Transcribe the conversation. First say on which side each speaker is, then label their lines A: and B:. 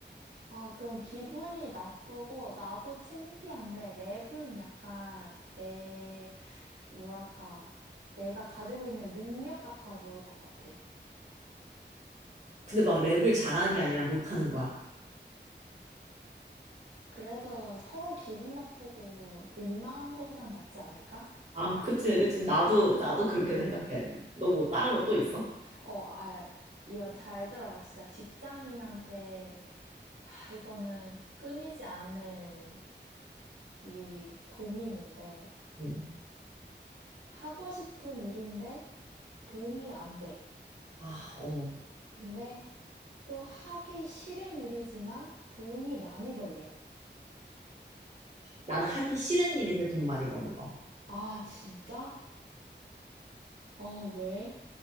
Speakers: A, on the right (about 80°); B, on the right (about 40°).
A: 아, 그럼 기분이 나쁘고, 나도 창피한데, 랩은 약간 내 뭐랄까, 내가 가지고 있는 능력 같아 보일 것 같아.
B: 근데 막 랩을 잘하는 게 아니라 못하는 거야
A: 그래도 서로 기분 나쁘고 민망한 거보단 낫지 않을까?
B: 아 그치 그치 나도 나도 그렇게 생각해 너 뭐 다른 것또 있어?
A: 어, 아, 이건 잘 들어봐. 진짜 직장인한테, 하, 이거는 끊이지 않는 이 고민인데,
B: 응.
A: 하고 싶은 일인데 돈이 안 돼.
B: 아, 어.
A: 근데 또 하기 싫은 일이지만 돈이 많이 벌려.
B: 나는 하기 싫은 일인데 돈 많이 버는 거.
A: 아, 진짜? 어, 왜?